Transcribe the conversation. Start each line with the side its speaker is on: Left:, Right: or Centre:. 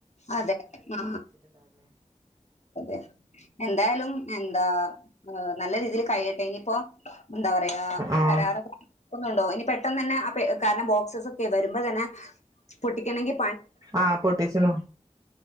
Left: അതെ ആ അതെ എന്തായാലും എന്താ നല്ല രീതിയിൽ കഴിയട്ടെ ഇനിയിപ്പോ എന്താ പറയാ
Right: ആ
Left: കരാറ നോക്കുന്നുണ്ടോ ഇനി പെട്ടെന്ന് തന്നെ അ കാരണം ബോക്സസ് ഒക്കെ വരുമ്പോ തന്നെ പൊടിക്കണമെങ്കി
Right: ആഹ് പൊട്ടിച്ചിനു